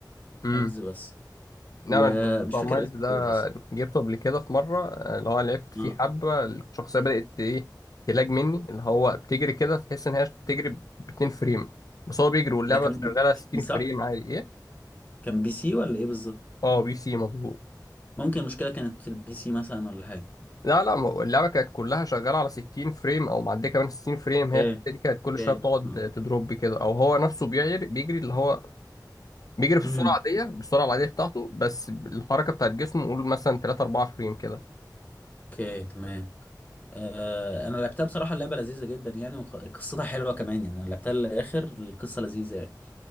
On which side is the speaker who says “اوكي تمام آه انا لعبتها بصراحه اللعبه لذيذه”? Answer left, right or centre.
Left